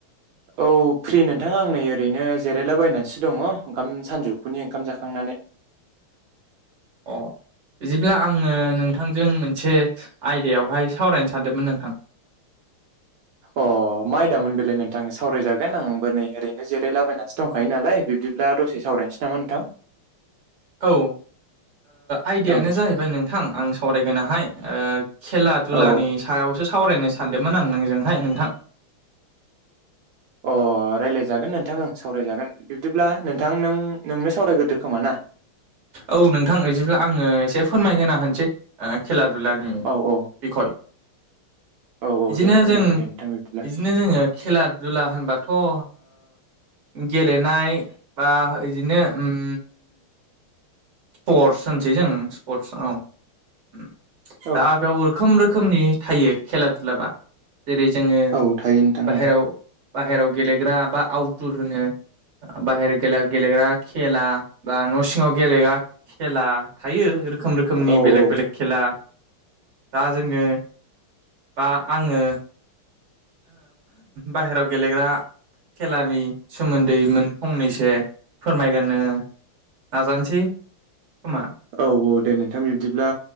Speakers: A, on the right; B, on the right.
A: औ फ्रि नोंथां आं नै ओरैनो जिरायलाबायनानैसो दङ ओंखाम सानजौफुनि ओंखाम जाखांनानै
B: अह बिदिब्ला आङो नोंथांजों मोनसे आयदायावहाय सावरायनो सानदोंमोन नोंथां <unintelligible>
A: अह मा आयदामोन बेलाय नोंथां सावरायजागोन आंबो नै ओरैनो जिरायलाबायनासो दंखायो नालाय बिब्दि बिदिब्ला दसे सावरायनोसै नामा नोंथां
B: <unintelligible> औ ओ आयदायानो
A: औ
B: जाहैबाय नोंथां आं सावरायगोनाहाय ओ खेला दुलानि
A: औ
B: सायावसो सावरायनो सानदोंमोन आं नोंजोंहाय नोंथां
A: अह अ रायज्लायजागोन नोंथां ओं सावरायजागोन बिब्दिब्ला नोंथां नों नोंनो सावरायग्रोदो खोमा ना
B: औ नोंथां इदिब्ला आङो एसे फोरमायगोरना होनसै ओ खेला दुलानि
A: औ औ
B: बिखय
A: औ औ
B: बिदिनो
A: दे फोरमायदो
B: जों
A: दे नोंथां बिब्दिब्ला
B: बिदिनो जोङो खेला दुला होनबाथ' ओ गेलेनाय बा इदिनो ओम स्पर्टस होनसै जों स्पर्टस औ ओम
A: औ
B: दा बेयाव रोखोम रोखोम रोखोमनि थायो खेला दुलाबा जेरै जोङो
A: औ थायो नोंथां
B: बाहेराव
A: औ
B: बाहेराव गेलेग्रा बा आउटदुर होनो बाहेर खेला गेलेग्रा खेला बा न' सिङाव गेले खेला थायो रोखोम रोखोमनि
A: औ
B: बेलेक
A: औ
B: बेलेक खेला दा जोङो बा आङो बाहेराव गेलेग्रा खेलानि सोमोन्दै मोन फंनैसो फोरमायगोननो नाजानोसै खोमा
A: औ औ दे नोंथां बिब्दिब्ला